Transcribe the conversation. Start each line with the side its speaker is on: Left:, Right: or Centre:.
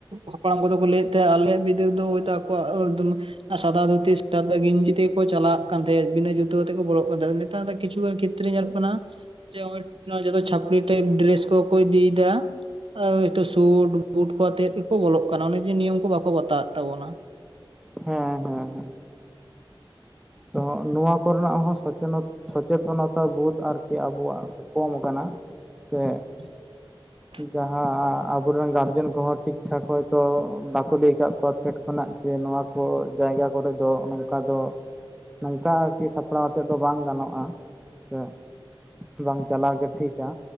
Right: ᱦᱟᱯᱲᱟᱢ ᱠᱚᱫᱚ ᱠᱚ ᱞᱟᱹᱭᱮᱫ ᱛᱟᱸᱦᱮᱜ ᱟᱞᱮ ᱵᱤᱫᱟᱹᱞ ᱫᱚ ᱦᱳᱭᱛᱳ ᱟᱠᱚᱣᱟᱜ <inaudible> ᱥᱟᱫᱟ ᱫᱷᱩᱛᱤ ᱥᱟᱫᱟ ᱜᱮᱧᱡᱤ ᱛᱮᱠᱚ ᱪᱟᱞᱟᱜ ᱠᱟᱱ ᱛᱟᱦᱮᱸᱟᱦᱮᱫ ᱵᱤᱱᱟᱹ ᱡᱩᱛᱟᱹ ᱠᱟᱛᱮ ᱠᱚ ᱵᱚᱞᱚᱜ ᱠᱟᱱ ᱛᱟᱦᱮᱸᱫ ᱱᱮᱛᱟᱨ ᱫᱚ ᱠᱤᱪᱷᱩᱜᱟᱱᱼᱼ ᱠᱷᱮᱛᱨᱮ ᱧᱮᱞᱚᱜ ᱠᱟᱱᱟ ᱡᱮ ᱡᱚᱛᱚ ᱪᱷᱟᱯᱲᱤ ᱴᱟᱭᱤᱯ ᱰᱨᱮᱥ ᱠᱚᱠᱚ ᱤᱫᱤᱭᱮᱫᱟ᱾ ᱦᱚᱭᱛᱚ ᱥᱩᱴ ᱵᱩᱴ ᱠᱚ ᱟᱛᱮᱫ ᱜᱮᱠᱚ ᱵᱚᱞᱚᱜ ᱠᱟᱱᱟ ᱚᱱᱮ ᱡᱮ ᱱᱤᱭᱚᱢ ᱠᱚ ᱵᱟᱠᱚ ᱵᱟᱛᱟᱣ ᱮᱫ ᱛᱟᱵᱚᱱᱟ᱾
Centre: ᱦᱮᱸ ᱦᱮᱸ ᱦᱮᱸ᱾ ᱛᱚ ᱱᱚᱣᱟ ᱠᱚᱨᱮᱱᱟᱜ ᱦᱚᱸ ᱥᱚᱪᱮᱛᱚᱱᱚᱛᱟ ᱵᱳᱫᱷ ᱟᱨᱠᱤ ᱟᱵᱚᱣᱟᱜ᱾ ᱠᱚᱢ ᱠᱟᱱᱟ ᱥᱮᱼᱼ
Right: <inaudible>
Centre: ᱡᱟᱦᱟᱸ ᱟᱵᱚᱨᱮᱱ ᱜᱟᱨᱡᱮᱱ ᱠᱚᱦᱚᱸ ᱴᱷᱤᱠᱴᱷᱟᱠ ᱦᱚᱭᱛᱚ ᱵᱟᱠᱚ ᱞᱟᱹᱭ ᱟᱠᱟᱫ ᱠᱚᱣᱟ ᱯᱷᱮᱰ ᱠᱷᱚᱱᱟᱜᱼᱼ ᱥᱮ ᱱᱚᱣᱟ ᱠᱚ ᱡᱟᱭᱜᱟ ᱠᱚᱨᱮ ᱫᱚ ᱱᱚᱝᱠᱟ ᱫᱚ᱾ ᱱᱚᱝᱠᱟ ᱟᱨᱠᱤ ᱥᱟᱯᱲᱟᱣ ᱟᱛᱮᱫ ᱫᱚ ᱵᱟᱝ ᱜᱟᱱᱚᱜᱼᱟ ᱥᱮᱼᱼ ᱵᱟᱝ ᱪᱟᱞᱟᱣ ᱜᱮ ᱴᱷᱤᱠᱼᱟ᱾